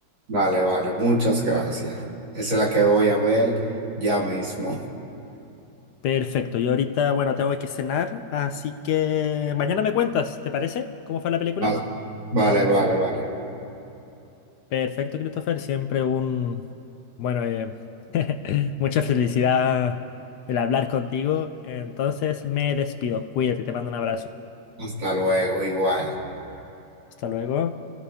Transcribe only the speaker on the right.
Vale, vale, muchas gracias. Esa es la que voy a ver ya mismo.
<laughs>
Vale, vale, vale. vale.
Hasta luego, igual.